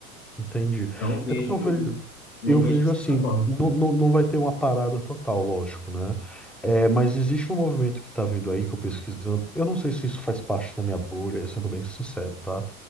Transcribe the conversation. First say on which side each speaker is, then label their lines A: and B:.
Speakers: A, in the centre; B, on the left.
A: Entendi.
B: Não vejo,
A: É porque eu vejo,
B: não
A: eu
B: vejo
A: vejo
B: dessa
A: assim,
B: forma.
A: não, não, não vai ter uma parada total, lógico, né? É, mas existe um movimento que tá vindo aí, que eu pesquisando. Eu não sei se isso faz parte da minha bolha, sendo bem sincero, tá?